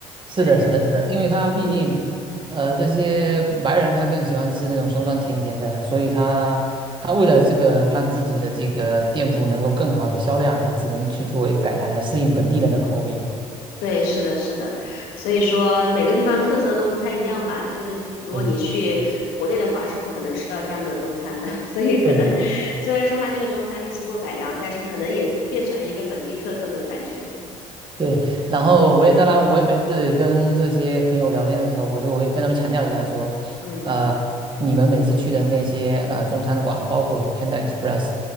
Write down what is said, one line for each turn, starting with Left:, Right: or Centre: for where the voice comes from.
Right: 是的，
Left: 对，
Right: 是的，是的，因为他毕竟，
Left: 嗯
Right: 呃，这些白人他更喜欢吃那种酸酸甜甜的，所以他他为了这个让自己的这个店铺能够更好的销量，他只能去作为改良来适应本地人的口味。
Left: 对，是的，是的，所以说每个地方特色都不太一样吧。这个东西，如果你去国内的话，
Right: 对，
Left: 是不可能吃到这样的中餐的。<laughs> 所以可能虽然说它那个中餐是经过改良，
Right: 对
Left: 但是可能也变成了一个本地特色那种感觉。
Right: 对，然后我也当然，
Left: 嗯
Right: 我也每次跟这些朋友聊天的时候，我就会跟他们强调一下说，
Left: 嗯
Right: 呃，你们每次去的那些呃中餐馆，包括 Panda Express，